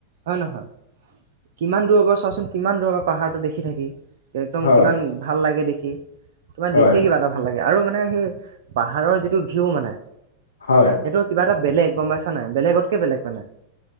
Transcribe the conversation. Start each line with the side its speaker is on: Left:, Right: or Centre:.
Right: হয় নহয়। কিমান দূৰৰ পৰা চোৱাচোন কিমান দূৰৰ পৰা পাহাৰটো দেখি থাকি একদম
Left: হয়
Right: কিমান ভাল লাগে দেখি। তোমাৰ
Left: হয়
Right: দেখিয়ে কিবা এটা ভাল লাগে আৰু মানে সেই পাহাৰৰ যিটো ভিউ মানে।
Left: হয়
Right: সেইটো কিবা এটা বেলেগ গম পাইছা নাই বেলেগতকে বেলেগ মানে,